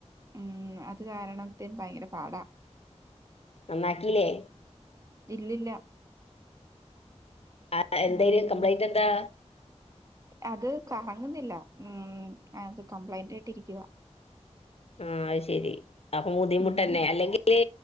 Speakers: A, on the right (about 30°); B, on the left (about 60°).
A: ഉം അത് കാരണത്തിന് ഭയങ്കര പാടാ.
B: ന്നന്നാക്കീലേ?
A: ഇല്ലില്ല.
B: ആഹ് എന്തയ്നി
A: ഉം
B: കംപ്ലൈന്റ് എന്താ?
A: അത് കറങ്ങുന്നില്ല. ഉം. അത് കംപ്ലൈന്റ് ആയിട്ട് ഇരിക്കുവാ.
B: ആഹ് അത് ശരി. അപ്പോ ബുദ്ധിമുട്ടന്നെ.
A: ഉം
B: അല്ലെങ്കില്